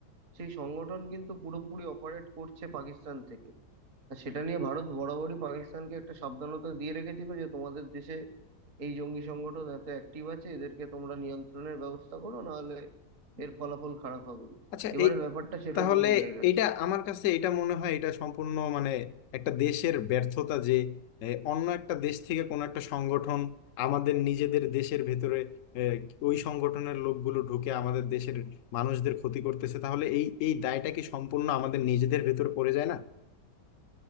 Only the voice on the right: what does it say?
সেই সংগঠন কিন্তু পুরোপুরি অপারেট করছে পাকিস্তান থেকে আর সেটা নিয়ে ভারত বরাবরই পাকিস্তানকে একটা সাবধানতা দিয়ে রেখেছিল যে তোমাদের দেশে এই জঙ্গি সংগঠন এত অ্যাক্টিভ আছে এদেরকে তোমরা নিয়ন্ত্রণের ব্যবস্থা করো নাহলে এর ফলাফল খারাপ হবে
এবারে
ব্যাপারটা সেরকমই
হয়ে গেছে